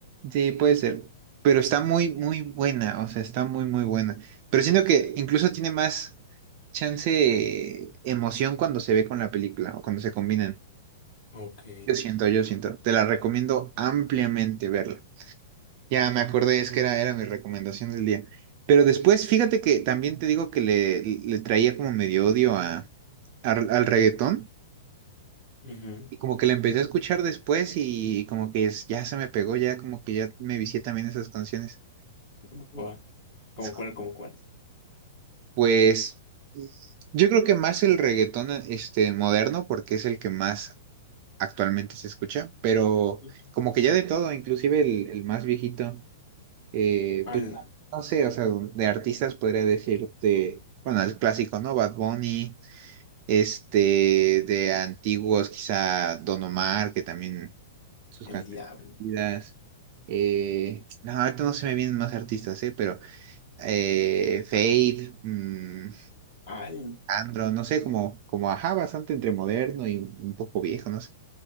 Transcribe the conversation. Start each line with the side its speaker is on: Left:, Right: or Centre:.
Right: Sí, puede ser, pero está muy, muy buena, o sea, está muy, muy buena. Pero siento que incluso tiene más chance, eh, emoción cuando se ve con la película o cuando se combinan.
Left: Ok.
Right: Yo siento, yo siento. Te la recomiendo ampliamente verla. Ya me acordé, es que era, era mi recomendación del día. Pero después, fíjate que también te digo que le, le traía como medio odio a, a- al reggaetón
Left: Ujú.
Right: y como que la empecé a escuchar después y como que es- ya se me pegó, ya como que ya me vicié también esas canciones.
Left: Buah. ¿Cómo
Right: <laughs>
Left: cuál? ¿Cómo cuál?
Right: Pues yo creo que más el reggaetón este moderno porque es el que más actualmente se escucha, pero
Left: Ujú.
Right: como que ya de todo, inclusive el, el más viejito. Eh,
Left: Ala,
Right: pues, no sé, o sea, de artistas podría decirte, bueno, el clásico, ¿no? Bad Bunny, este, de antiguos, quizá Don Omar, que también sus
Left: el
Right: canciones.
Left: diablo.
Right: Eh, no, ahorita no se me vienen más artistas, ¿eh? Pero eh, Fade, mm,
Left: al,
Right: Alejandro, no sé, como, como ajá, bastante entre moderno y un poco viejo, no sé.